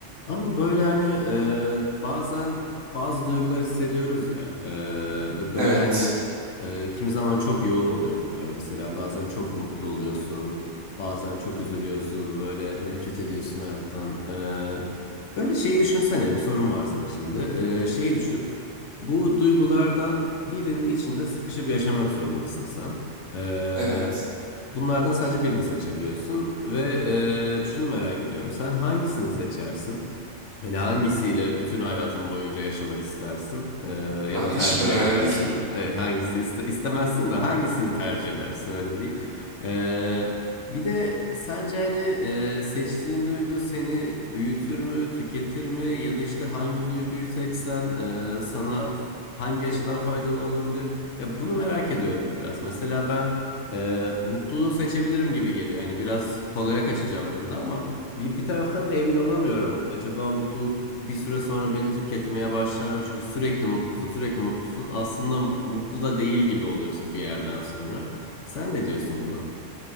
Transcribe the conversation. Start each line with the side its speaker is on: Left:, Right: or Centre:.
Left: Ama böyle hani e, bazen bazı duygular hissediyoruz ya e, ve böyle
Right: Evet.
Left: hani e, kimi zaman çok yoğun oluyor bunlar. Mesela bazen çok mutlu oluyorsun, bazen çok üzülüyorsun, böyle nefret ediyorsun hayattan. E, böyle şeyi düşünsene bir sorun var sana şimdi. E, şeyi düşün. Bu duygulardan birinin içinde sıkışıp yaşamak zorundasın sen. E,
Right: Evet.
Left: bunlardan sadece birini seçebiliyorsun ve e, şunu merak ediyorum. Sen hangisini seçersin? Yani hangisiyle bütün hayatın boyunca yaşamak istersin Ee,
Right: Ha,
Left: ya da
Right: hiçbir
Left: tercih
Right: öyle
Left: edersin?
Right: değil.
Left: Ee, hangisi iste- istemezsin de hangisini tercih edersin öyle diyeyim. Ee, bir de sence hani e, seçtiğin duygu seni büyütür mü, tüketir mi? Ya da işte hangi duyguyu seçsen e, sana f- hangi açıdan faydalı olabilir? Ya bunu merak ediyorum biraz. Mesela ben e, mutluluğu seçebilirim gibi geliyor. Hani biraz kolaya kaçacağım burada ama. Bir, bir taraftan da emin olamıyorum. Acaba mutluluk bir süre sonra beni tüketmeye başlar mı? Çünkü sürekli mutlusun, sürekli mutlusun. Aslında mutlu da değil gibi oluyorsun bir yerden sonra. Sen ne diyorsun buna?